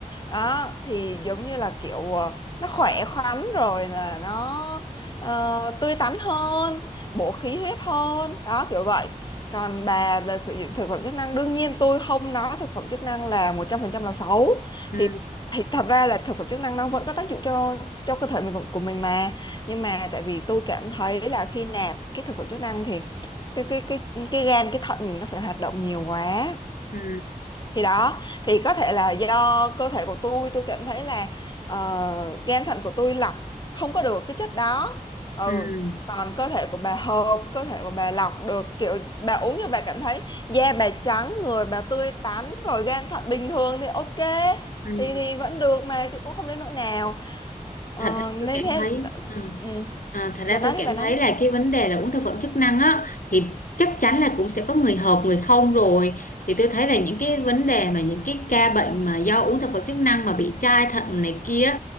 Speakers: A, on the left; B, on the left.
A: đó thì giống như là kiểu ờ, nó khỏe khoắn rồi là nó ờ, tươi tắn hơn bổ khí huyết hơn đó kiểu vậy còn bà về sử dụng thực phẩm chức năng đương nhiên tôi không nói thực phẩm chức năng là 100% là xấu
B: Ừ.
A: thì thì thật ra là thực phẩm chức năng nó vẫn có tác dụng cho cho cơ thể mình của, của mình mà nhưng mà tại vì tôi cảm thấy là khi nạp cái thực phẩm chức năng thì cái cái cái cái gan cái thận mình nó phải hoạt động nhiều quá
B: ừ
A: thì đó thì có thể là do cơ thể của tôi tôi cảm thấy là ờ, gan thận của tôi lọc không có được cái chất đó ừ
B: ừ
A: còn cơ thể của bà hợp cơ thể của bà lọc được kiểu bà uống như bà cảm thấy da bà trắng người bà tươi tắn rồi gan thận bình thường thì ok
B: ừ
A: thì thì vẫn được mà chứ cũng không đến nỗi nào
B: thật
A: Ờ,
B: ra
A: nên
B: tôi cảm
A: thế
B: thấy ừ.
A: ừ.
B: à, thật ra
A: bà nói
B: tôi
A: đi
B: cảm
A: bà nói
B: thấy là cái vấn đề là uống thực phẩm chức năng á thì chắc chắn là cũng sẽ có người hợp người không rồi thì tôi thấy là những cái vấn đề mà những cái ca bệnh mà do uống thực phẩm chức năng mà bị chai thận này kia